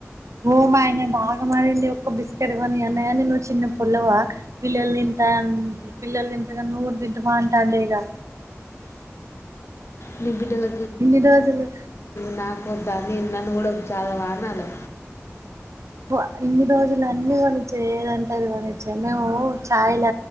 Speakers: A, on the right; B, on the left.
A: ఓమ్మ ఆయన బాగా మారిండే ఒక్క బిస్కెట్ కొని అన్నాయ్యని నువ్వు చిన్న పుల్లవా పిల్లల్ని తింట పిల్లల్ని దింటగా నువ్వు గూడా దింటవ అంటాండే ఇగా.
B: నీ బిడ్డెల
A: ఇన్ని రోజులు
B: <unintelligible> నాకు వద్దా నీ నన్ను గూడా చాలా వాగినాడు
A: ప ఇన్ని రోజులు అన్నీ కొనిచ్చా ఏదంటే అది కొనిచ్చా మేము చాయ్ ల